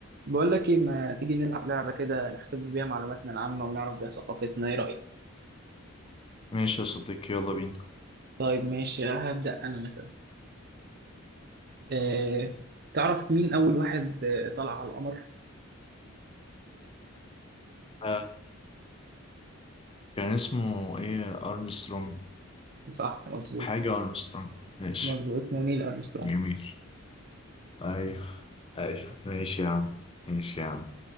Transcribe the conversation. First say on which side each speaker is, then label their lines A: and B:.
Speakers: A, on the right (about 50°); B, on the left (about 25°).
A: بقول لك ايه ما تيجي نلعب لعبة كده نختبر بيها معلوماتنا العامة ونعرف بيها ثقافتنا ايه رأيك؟
B: ماشي يا صديقي يلا بينا
A: طيب ماشي هبدأ انا مثلا أه... تعرف مين اول واحد آه، طلع على القمر؟
B: آه، كان اسمه ايه ارمسترونج
A: صح مظبوط
B: حاجة ارمسترونج ماشي
A: مظبوط اسمه نيل أرمسترونج
B: جميل ايوه ايوه ماشي يا عم ماشي يا عم